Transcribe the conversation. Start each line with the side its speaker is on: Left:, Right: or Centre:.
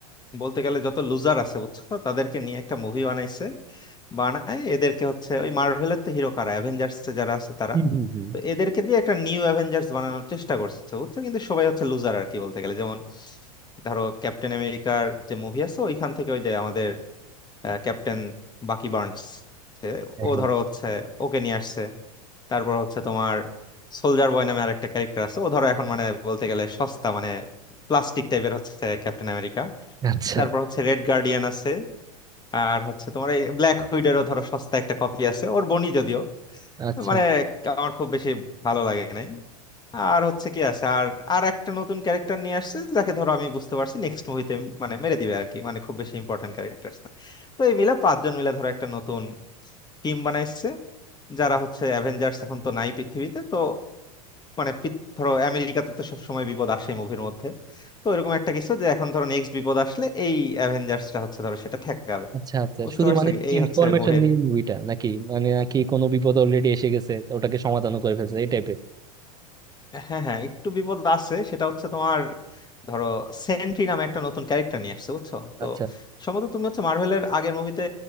Left: বলতে গেলে যত লুজার আছে বুঝছো তাদেরকে নিয়ে একটা মুভি বানাইছে বানায় এদেরকে হচ্ছে ওই মার্ভেলের তো হিরো কারা অ্যাভেঞ্জার্স যারা আছে তারা
Right: হুম হুম হুম।
Left: তো এদেরকে দিয়ে একটা নিউ অ্যাভেঞ্জার্স বানানোর চেষ্টা করছে বুঝছো কিন্তু সবাই হচ্ছে লুজার আর কি বলতে গেলে যেমন ধরো ক্যাপ্টেন আমেরিকার যে মুভি আছে ওইখান থেকে ওই যে আমাদের ক্যাপ্টেন বাকি বার্নস যে
Right: হ্যাঁ
Left: ও
Right: হ্যাঁ
Left: ধরো হচ্ছে ওকে নিয়ে আসছে তারপর হচ্ছে তোমার সোলজার বয় নামে আরেকটা ক্যারেক্টার আছে ও ধরো এখন মানে বলতে গেলে সস্তা মানে প্লাস্টিক টাইপের হচ্ছে ক্যাপ্টেন আমেরিকা
Right: আচ্ছা
Left: তারপর হচ্ছে রেড গার্ডিয়ান আছে আর হচ্ছে তোমার এই ব্ল্যাক উইডারও ধরো সস্তা একটা কপি আছে ওর বনি যদিও
Right: আচ্ছা
Left: মানে আমার খুব বেশি ভালো লাগে নাই আর হচ্ছে কি আছে আর আর একটা নতুন ক্যারেক্টার নিয়ে আসছে যাকে ধরো আমি বুঝতে পারছি নেক্সট মুভিতে মানে মেরে দিবে আর কি মানে খুব বেশি ইম্পর্টেন্ট ক্যারেক্টার না তো এই মিলা পাঁচজন মিলে ধরো একটা নতুন টিম বানাইছে যারা হচ্ছে অ্যাভেঞ্জার্স এখন তো নাই পৃথিবীতে তো মানে পি- ধরো আমেরিকাতে তো সবসময় বিপদ আসে মুভির মধ্যে তো এরকম একটা কিছু যে এখন ধরো নেক্সট বিপদ আসলে এই অ্যাভেঞ্জার্সটা হচ্ছে ধরো সেটা ঠেকাবে
Right: আচ্ছা আচ্ছা
Left: বুঝতে
Right: শুধু
Left: পারছো
Right: মানে
Left: কি? এই
Right: ইনফরমেশন
Left: হচ্ছে মুভির
Right: নিয়ে মুভিটা নাকি মানে নাকি কোনো বিপদ অলরেডি এসে গেছে তো ওটাকে সমাধানও করে ফেলছে এই টাইপের
Left: হ্যাঁ হ্যাঁ একটু বিপদ আছে সেটা হচ্ছে তোমার ধরো সেন্ট্রি নামে একটা নতুন ক্যারেক্টার নিয়ে আসছে বুঝছো তো
Right: আচ্ছা
Left: সম্ভবত তুমি হচ্ছে মার্ভেলের আগের মুভিতে